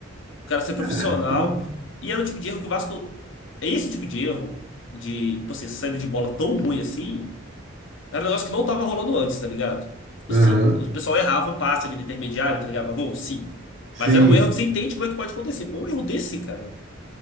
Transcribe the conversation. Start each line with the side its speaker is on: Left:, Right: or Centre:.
Left: O cara ser profissional.
Right: Ah, tomando.
Left: E era o tipo de erro que o Vasco. é Esse tipo de erro, de, tipo assim, essa saída de bola tão ruim assim, era um negócio que não tava rolando antes, tá ligado? Tipo
Right: Aham.
Left: assim, o pessoal errava um passe ali no intermediário, entregava gol, sim.
Right: Sim.
Left: Mas era um erro que você entende como é que pode acontecer. Pô, um erro desse, cara.